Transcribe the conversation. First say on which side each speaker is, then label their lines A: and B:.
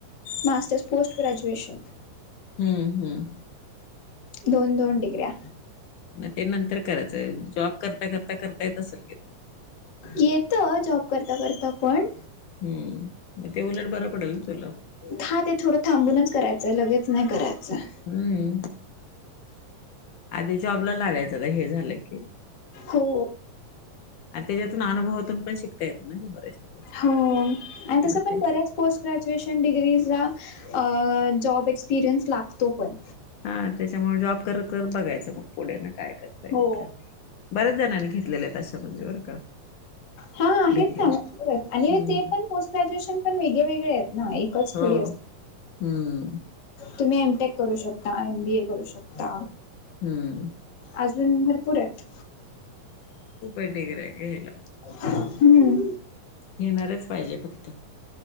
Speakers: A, on the left; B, on the left.
A: मास्टर्स पोस्ट ग्रॅज्युएशन.
B: हम्म.. हम्म..
A: दोन- दोन डिग्र्या
B: मग ते नंतर करायचं, जॉब करता -करता.. करता येत असेल की ते.
A: येत, जॉब करता- करता पण
B: हम्म.. ते उलट बर पडेल ना तुला.
A: था.. ते, थोडं थांबूनच करायचंय लगेच नाही करायचंय.
B: हम्म आधी जाॅबला लागायचं आता हे झालं की.
A: हो
B: आणि त्यांच्यातून अनुभवातून पण शिकता येत ना बऱ्याचशा गोष्टी..
A: हो आणि तसं
B: म
A: पण
B: तेच
A: बऱ्याच पोस्ट ग्रॅज्युएशन डिग्रीजला अ.. जॉब एक्सपिरियन्स लागतो पण
B: हा त्यांच्यामुळे जॉब करत -करत बघायचं मग पुढे ना काय करा
A: हो
B: बऱ्याच जणांनी घेतलेल्या आहे तशं म्हणजे बरं का
A: हा आहेत
B: डिग्री
A: ना... आणि
B: हम्म
A: ते पण पोस्ट ग्रॅज्युएशन पण वेगळे- वेगळे आहेत. नाही एकच
B: हो
A: थोडी अस
B: हम्म
A: तुम्ही एम. टेक करू शकता, एम. बी. ए. करू शकता.
B: हम्म
A: अजून भरपूरयत.
B: खूपय डिग्राया घ्यायला.
A: हम्म
B: घेणारच पाहिजे फक्त